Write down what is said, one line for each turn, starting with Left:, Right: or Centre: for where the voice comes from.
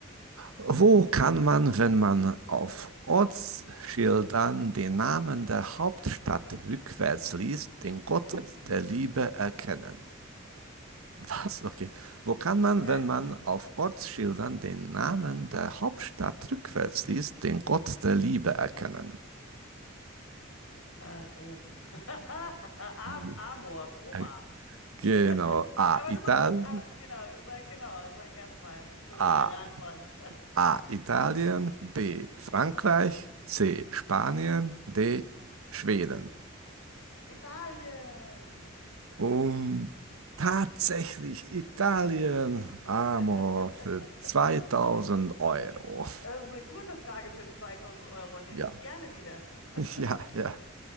Right: Wo kann man, wenn man auf Ortsschildern den Namen der Hauptstadt rückwärts liest, den Gott der Liebe erkennen? Was? Okay. Wo kann man,
Left: Okay.
Right: wenn man auf Ortsschildern den Namen der Hauptstadt rückwärts liest, den Gott der Liebe erkennen?
Left: Äh, Rom. <laughs> Am
Right: Mhm.
Left: Amor, Roma.
Right: Äh,
Left: <laughs>
Right: Genau. A.
Left: Aber
Right: Italien.
Left: du musst, aber genau, sag genau, sag erstmal du
Right: A.
Left: deine Antworten.
Right: A. Italien. B. Frankreich. C. Spanien. D. Schweden.
Left: Italien.
Right: Und tatsächlich Italien. Amo
Left: <laughs>
Right: für 2000 Euro.
Left: Das ist eine gute Frage für 2000 Euro, nehme
Right: Ja.
Left: ich gerne wieder. <laughs>
Right: <laughs> Ja, ja.